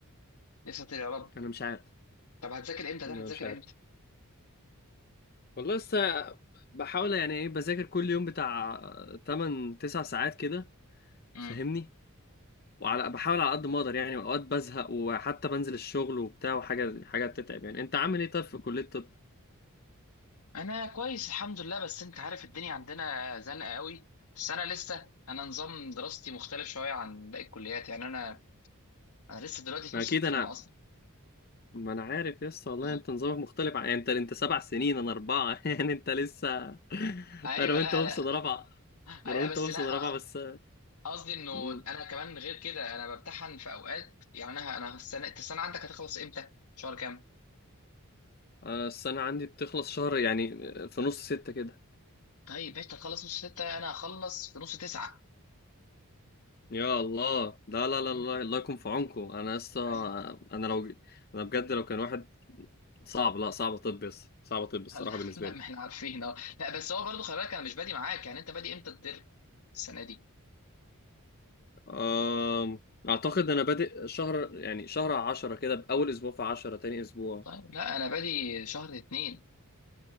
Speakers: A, on the left (about 80°); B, on the left (about 45°).
A: لسه يا رب
B: انا مش عارف
A: طب هتذاكر امتى ده
B: انا
A: هتذاكر
B: مش عارف
A: امتى
B: والله لسه بحاول يعني ايه بذاكر كل يوم بتاع 8 9 ساعات كده
A: امم
B: فاهمني وعلى بحاول على قد ما اقدر يعني اوقات بزهق وحتى بنزل الشغل وبتاع وحاجه حاجه بتتعب يعني انت عامل ايه طيب في كليه الطب
A: انا كويس الحمد لله بس انت عارف الدنيا عندنا زنقه قوي بس انا لسه انا نظام دراستي مختلف شويه عن باقي الكليات يعني انا انا لسه دلوقتي في
B: ما
A: نص
B: اكيد
A: الترم
B: انا
A: اصلا
B: ما انا عارف لسه والله
A: امم
B: انت نظامك مختلف عن... يعني انت انت سبع سنين انا اربعه <laughs> يعني انت لسه
A: ايوه
B: انا وانت
A: لا
B: وابصد
A: لا
B: رابعه
A: أيوة
B: انا وانت
A: بس
B: وابصد
A: لا
B: رابعه بس
A: قصدي انه
B: مم.
A: انا كمان غير كده انا بمتحن في اوقات يعني انا انا السنه انت السنه عندك هتخلص امتى شهر كام
B: أنا السنة عندي بتخلص شهر يعني في نص ستة كده
A: طيب انت تخلص نص ستة انا هخلص في نص تسعة
B: يا الله ده لا
A: أمم،
B: لا لا الله يكون في عونكم أنا لسه
A: أيوة.
B: أنا لو أنا بجد لو كان واحد صعب لا صعب طب بس صعب طب
A: <laughs>
B: الصراحة
A: لا
B: بالنسبة
A: لا
B: لي
A: ما احنا عارفين اه لا بس هو برضو خلي بالك انا مش بادي معاك يعني انت بادي امتى الدر السنه دي
B: أم... أعتقد أنا بادئ شهر يعني شهر عشرة كده بأول أسبوع في عشرة تاني أسبوع
A: طيب لا انا بادي شهر اتنين